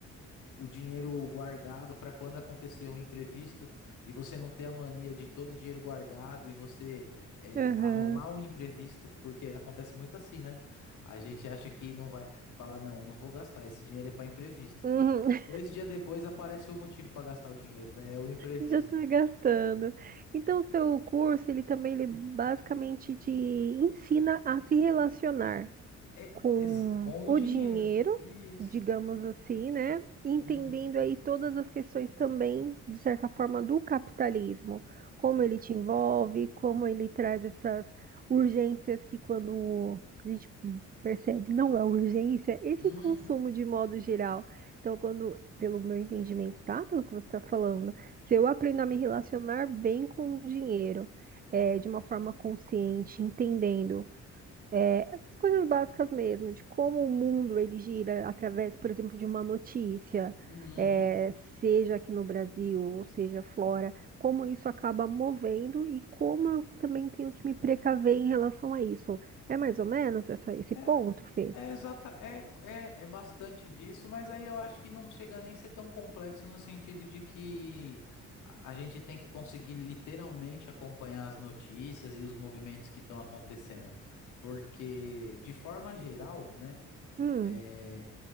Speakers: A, on the left; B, on the right.
A: o dinheiro guardado para quando acontecer um imprevisto e você não ter a mania de todo o dinheiro guardado e você é,
B: Aham.
A: arrumar um imprevisto, porque acontece muito assim, né? A gente acha que não vai falar, não, eu não vou gastar, esse dinheiro é para imprevisto.
B: Uhum.
A: Dois dias depois aparece o motivo para gastar o dinheiro, né? É o imprevisto.
B: Já está gastando. Então, o seu curso, ele também ele basicamente te ensina a se relacionar
A: É,
B: com
A: ex- com
B: o
A: o dinheiro.
B: dinheiro,
A: Isso.
B: digamos assim, né? Entendendo
A: Hum,
B: aí todas as questões também, de certa forma, do capitalismo, como ele te envolve, como ele traz essas urgências que quando a gente Percebe? Não é urgência, esse
A: uhum,
B: consumo de modo geral. Então, quando, pelo meu entendimento, tá? Pelo que você está falando, se eu aprendo a me relacionar bem com o dinheiro, é, de uma forma consciente, entendendo essas coisas básicas mesmo, de como o mundo ele gira através, por exemplo, de uma notícia,
A: uhum.
B: é, seja aqui no Brasil ou seja fora, como isso acaba movendo e como eu também tenho que me precaver em relação a isso. É mais ou menos essa- esse
A: É,
B: ponto, Fê?
A: É, exata, é, é, é bastante disso, mas aí eu acho que não chega nem a ser tão complexo no sentido de que a a gente tem que conseguir literalmente acompanhar as notícias e os movimentos que estão acontecendo. Porque, de forma geral, né,
B: Hum,
A: é,